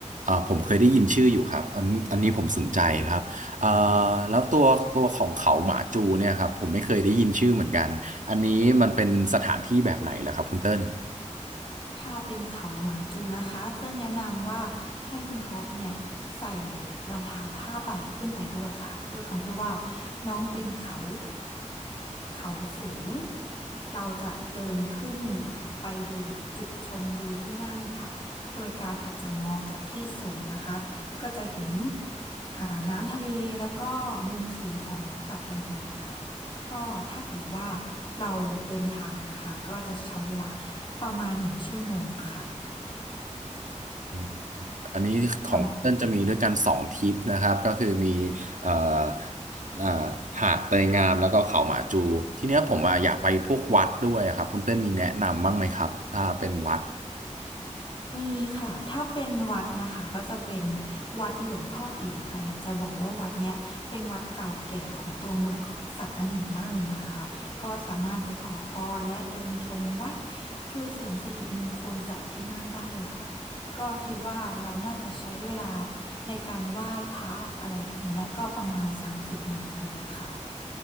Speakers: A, on the right; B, on the left.
A: อ่าผมเคยได้ยินชื่ออยู่ครับอันอันนี้ผมสนใจครับอ่าแล้วตัวตัวของเขาหมาจูเนี่ยครับผมไม่เคยได้ยินชื่อเหมือนกันอันนี้มันเป็นสถานที่แบบไหนล่ะครับคุณเติ้ล
B: ถ้าเป็นเขาหมาจูนะคะ เต้นแนะนำว่าให้คุณท็อปเนี่ยใส่รองเท้าผ้าใบขึ้นไปด้วยค่ะด้วยความที่ว่าน้องเป็นเขาเขาสูงเราจะเดินขึ้นไปดูจุดชมวิวที่นั่นค่ะโดยการอาจจะมองจากที่สูงนะคะก็จะเห็นอ่าน้ำทะเลแล้วก็มุมสูงของสัตหีบค่ะก็ถ้าเกิดว่าเราเดินทางนะคะก็จะใช้เวลา ประมาณหนึ่งชั่วโมงค่ะ
A: อืมอันนี้ของคุณเติ้ลจะมีด้วยกันสองทริปนะครับก็คือมี
B: ประมาณนี้
A: เอ่อเอ่อหาดเตยงามแล้วก็เขาหมาจูทีเนี้ยผมอ่ะอยากไปพวกวัดด้วยครับคุณเติ้ลมีแนะนำบ้างไหมครับถ้าเป็นวัด
B: มีค่ะ ถ้าเป็นวัดนะคะก็จะเป็นวัดหลวงพ่ออีค่ะอยากจะบอกว่าวัดเนี้ยเป็นวัดเก่าแก่ของตัวเมืองของสัตหีบมากเลยนะคะก็สามารถไปขอพรและเดินชมวัดช่วยเสริมสิริมงคลจากที่นั่นได้เลยค่ะก็คิดว่าเราน่าจะใช้เวลาในการไหว้พระอะไรอย่างเงี้ยก็ประมาณสามสิบนาทีค่ะ